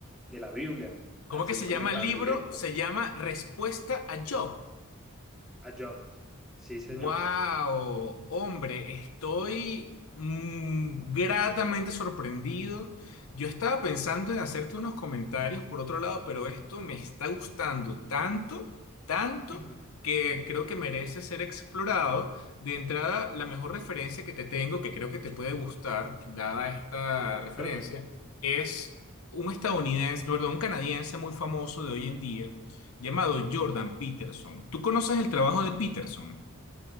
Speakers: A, in the centre; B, on the left.
A: de la Biblia, así
B: ¿Cómo que se
A: como
B: llama
A: tan
B: el libro?
A: directo,
B: Se llama Respuesta a Job.
A: a Job. Sí, señor.
B: Wow, hombre, estoy mm, gratamente sorprendido. Yo estaba pensando en hacerte unos comentarios por otro lado, pero esto me está gustando tanto, tanto,
A: <laughs>
B: que creo que merece ser explorado. De entrada, la mejor referencia que te tengo, que creo que te puede gustar, dada esta
A: Perfecto.
B: referencia, es un estadounidense, perdón, un canadiense muy famoso de hoy en día, llamado Jordan Peterson. ¿Tú conoces el trabajo de Peterson?